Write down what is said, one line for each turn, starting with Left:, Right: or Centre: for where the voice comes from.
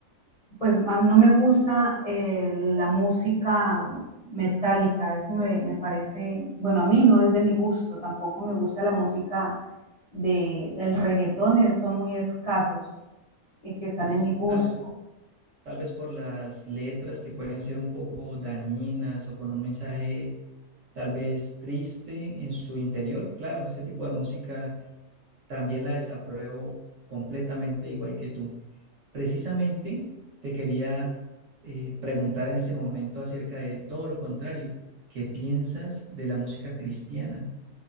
Left: pues a- no me gusta eh, la música metálica, eso me, me parece, bueno, a mí no es de mi gusto, tampoco me gusta la música de el reggaetón eh, son muy escasos y que están
Right: es-
Left: en mi gusto.
Right: al- tal vez por las letras que pueden ser un poco dañinas o con un mensaje tal vez triste en su interior. Claro, este tipo de música también la desapruebo completamente igual que tú. Precisamente te quería eh, preguntar en ese momento acerca de todo lo contrario. ¿Qué piensas de la música cristiana?